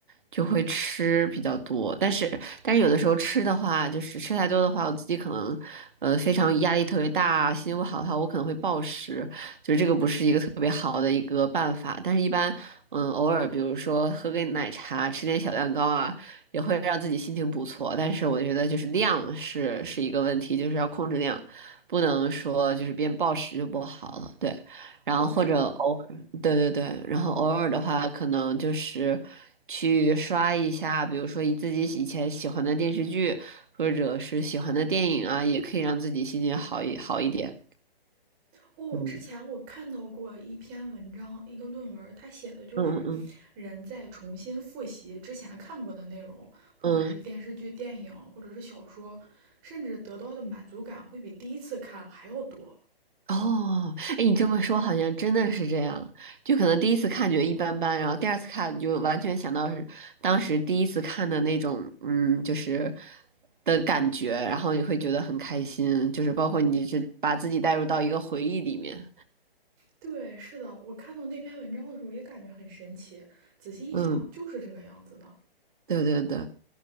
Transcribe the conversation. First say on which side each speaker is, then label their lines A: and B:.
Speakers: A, on the right (about 55°); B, on the right (about 20°).
A: 就会吃比较多，但是但是有的时候吃的话，就是吃太多的话，我自己可能呃非常压力特别大，心情不好的话，我可能会暴食，就是这个不是一个特别好的一个办法。但是一般嗯偶尔，比如说喝杯奶茶，吃点小蛋糕啊，也会让自己心情不错。但是我觉得就是量是是一个问题，就是要控制量，不能说就是变暴食就不好了，对。然后或者偶对对对，
B: 我懂，
A: 然后偶尔的话，可能就是去刷一下，比如说以自己喜以前喜欢的电视剧，或者是喜欢的电影啊，也可以让自己心情好一好一点。
B: 哦，
A: 嗯，
B: 之前我看到过一篇文章，一个论文，它写的就是
A: 嗯嗯嗯
B: 人在重新复习之前看过的内容，不管是电视剧、
A: 嗯，
B: 电影或者是小说，甚至得到的满足感会比第一次看还要多。
A: 哦，哎，你这么说好像真的是这样，就可能第一次看觉得一般般，然后第二次看你就完全想到是当时第一次看的那种，嗯，就是的感觉，然后你会觉得很开心，就是包括你是把自己带入到一个回忆里面。
B: 对，是的，我看到那篇文章的时候也感觉很神奇，仔细一想就是这个样子的。
A: 嗯。对对对，